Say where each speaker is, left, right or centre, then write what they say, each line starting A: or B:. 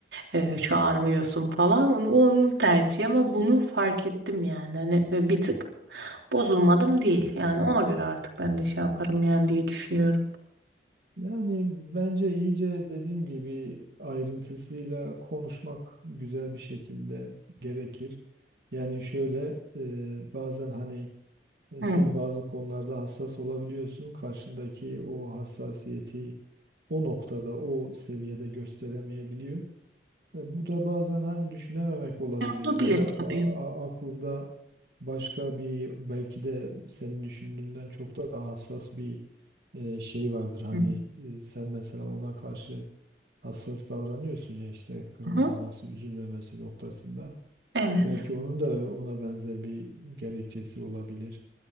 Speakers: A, on the right (about 85°); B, on the right (about 65°).
A: e, çağırmıyorsun falan. Hani onun tercihi ama bunu fark ettim yani. Hani e, bir tık bozulmadım değil. Yani ona göre artık ben de şey yaparım yani diye düşünüyorum.
B: Yani bence iyice dediğim gibi ayrıntısıyla konuşmak güzel bir şekilde gerekir. Yani şöyle e, bazen hani E,
A: Hı.
B: Sen bazı konularda hassas olabiliyorsun. Karşındaki o hassasiyeti o noktada, o seviyede gösteremeyebiliyor. E, Bu da bazen hani düşünememek olabilir
A: E, olabilir
B: veya a-
A: tabii.
B: a- aklında başka bir belki de senin düşündüğünden çok daha hassas bir e, şey vardır. Hani
A: Hı.
B: e, sen mesela ona karşı hassas davranıyorsun ya işte kırılmaması,
A: Hı.
B: üzülmemesi noktasında.
A: Evet.
B: Belki onun da ona benzer bir gerekçesi olabilir.